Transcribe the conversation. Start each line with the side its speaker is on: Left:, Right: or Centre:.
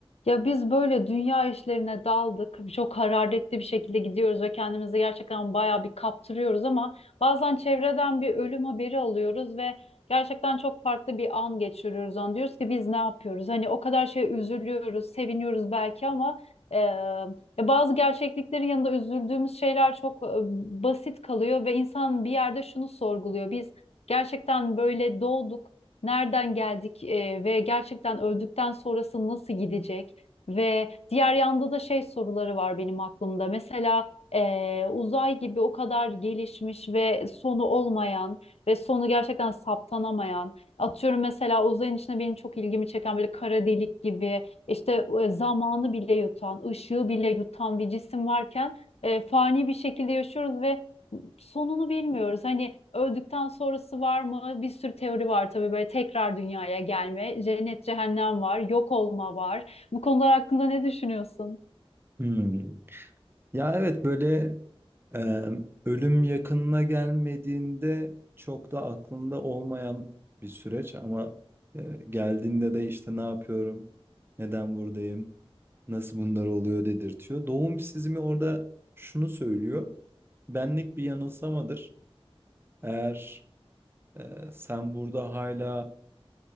Left: Ya biz böyle dünya işlerine daldık. Çok hararetli bir şekilde gidiyoruz ve kendimizi gerçekten bayağı bir kaptırıyoruz ama bazen çevreden bir ölüm haberi alıyoruz ve gerçekten çok farklı bir an geçiriyoruz onu. Diyoruz ki biz ne yapıyoruz? Hani o kadar şeye üzülüyoruz, seviniyoruz belki ama e, ya bazı gerçekliklerin yanında üzüldüğümüz şeyler çok e, basit kalıyor ve insan bir yerde şunu sorguluyor. Biz gerçekten böyle doğduk. Nereden geldik e, ve gerçekten öldükten sonrası nasıl gidecek? Ve diğer yanda da şey soruları var benim aklımda. Mesela eee, uzay gibi o kadar gelişmiş ve sonu olmayan ve sonu gerçekten saptanamayan. Atıyorum mesela uzayın içinde benim çok ilgimi çeken böyle kara delik gibi işte e, zamanı bile yutan, ışığı bile yutan bir cisim varken e, fani bir şekilde yaşıyoruz ve sonunu bilmiyoruz. Hani öldükten sonrası var mı? Bir sürü teori var tabii böyle tekrar dünyaya gelme, cennet cehennem var, yok olma var. Bu konular hakkında ne düşünüyorsun?
Right: Hmm. Ya, evet, böyle, emm, ölüm yakınına gelmediğinde çok da aklında olmayan bir süreç ama, eee, geldiğinde de, işte, "Ne yapıyorum, neden buradayım, nasıl bunlar oluyor?" dedirtiyor. Doğum işsizliği orada şunu söylüyor, benlik bir yanılsamadır. Eğer, eee, sen burada hala